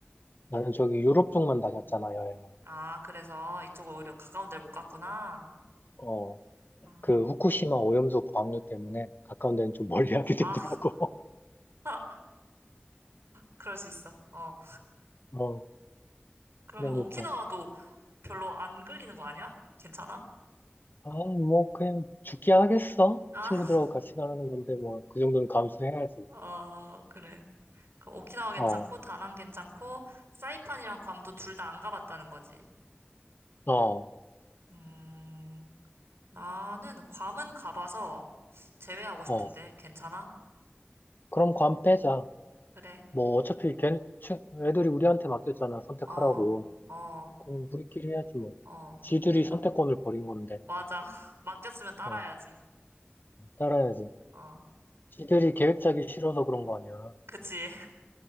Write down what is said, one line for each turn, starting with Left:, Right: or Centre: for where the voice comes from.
Left: 나는 저기 유럽 쪽만 다녔잖아 여행을.
Right: 아, 그래서 이쪽을 오히려 가까운 데를 못 갔구나.
Left: 어.
Right: 아,
Left: 그 후쿠시마 오염수 방류 때문에 가까운 데는 좀 멀리 하게 되더라고.
Right: 아, <laughs> 그럴 수 있어. 어.
Left: <laughs> 어,
Right: 그러면
Left: 그러니까.
Right: 오키나와도 별로 안 끌리는 거 아니야? 괜찮아?
Left: 아, 뭐, 그냥 죽게 하겠어?
Right: 아,
Left: 친구들하고
Right: <laughs>
Left: 같이 가는 건데, 뭐, 그 정도는 감수해야지.
Right: 어, 그래. 그럼 오키나와 괜찮고,
Left: 어,
Right: 다낭 괜찮고, 사이판이랑 괌도 둘 다 안 가봤다는 거지.
Left: 어,
Right: 음, 나는 괌은 가봐서 제외하고 싶은데
Left: 어.
Right: 괜찮아?
Left: 그럼 관 빼자.
Right: 그래.
Left: 뭐, 어차피 걔, 친- 애들이 우리한테 맡겼잖아, 선택하라고.
Right: 어, 어,
Left: 그럼 우리끼리 해야지, 뭐.
Right: 어.
Left: 지들이
Right: 우리가
Left: 선택권을 버린 건데,
Right: 맞아. <laughs> 맡겼으면 따라야지.
Left: 어, 따라야지.
Right: 어.
Left: 지들이
Right: 그러면
Left: 계획 짜기 싫어서 그런 거 아니야.
Right: 그치. <laughs>